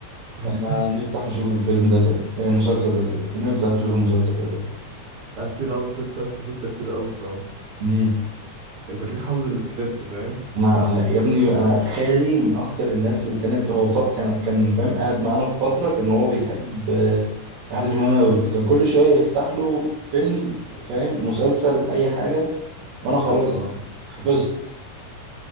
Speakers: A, on the right; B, on the right.
A: <laughs>
B: طب ما نفتح نشوف الفيلم ده تاني آه، المسلسل ده تاني نفتح نشوف المسلسل ده تاني
A: لا كتير قوي ستة يا اسطى ستة كتير قوي الصراحة
B: مم.
A: انت تليك حافظ السكريبت فاهم
B: انا يا ابني انا خالي من اكتر الناس اللي كانت هو ف... كان كان فاهم قاعد معانا في فتره كان هو بيحب آه، عادل امام قوي فكان كل شويه يفتح له فيلم فاهم مسلسل اي حاجه وانا خلاص
A: ايوه اه
B: حفظت